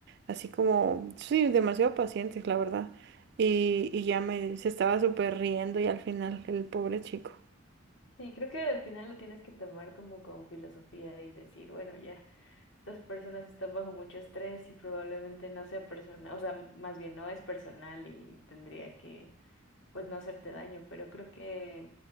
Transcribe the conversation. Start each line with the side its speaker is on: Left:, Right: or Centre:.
Right: Así como, sí, demasiado pacientes, la verdad. Y, y ya me, se estaba súper riendo y al final, el pobre chico.
Left: Sí, creo que al final lo tienes que tomar como con filosofía y decir, bueno, ya, estas personas están bajo mucho estrés y probablemente no sea personal, o sea, más bien no es personal y tendría que, pues, no hacerte daño, pero creo que,